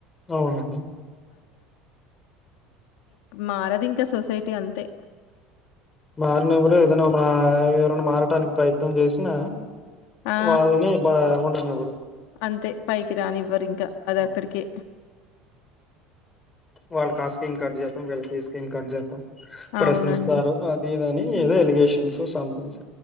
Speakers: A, on the left; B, on the left.
A: అవునండి
B: మారదు ఇంకా సొసైటీ అంతే
A: మారినివ్వరు ఏదైనా మా ఎవరన్నా మారటానికి ప్రయత్నం చేసినా
B: ఆ
A: వాళ్ళని బ ఉండనివ్వరు
B: అంతే పైకి రాని ఇవ్వరు ఇంకా అది
A: అవును
B: అక్కడికే
A: వాళ్ళకా స్కీమ్ కట్ చేతాం వీళ్ళకి ఈ స్కీమ్ కట్ చేద్దాం. ప్రశ్నిస్తారు
B: అవునండి.
A: అది ఇదని ఏదో ఎలిగేషన్స్ సంథింగ్స్